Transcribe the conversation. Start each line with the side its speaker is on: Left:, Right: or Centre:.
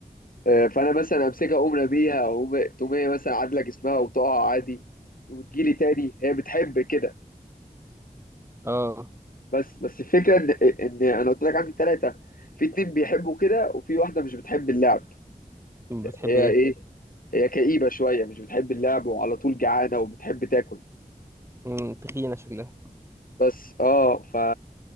Left: آه، فانا مثلا امسكها اقوم راميها اقوم تقوم هي مثلا عادله جسمها وتقع عادي وتجيلي تاني هي بتحب كده
Right: اه
Left: بس بس الفكره ان ان انا قلت لك عندي ثلاثه في اتنين بيحبوا كده وفي واحده مش بتحب اللعب
Right: اه بتحب
Left: هي
Right: ايه
Left: ايه هي كئيبة شوية مش بتحب اللعب وعلى طول جعانة وبتحب تاكل
Right: مم، تخينة شكلها
Left: بس اه ف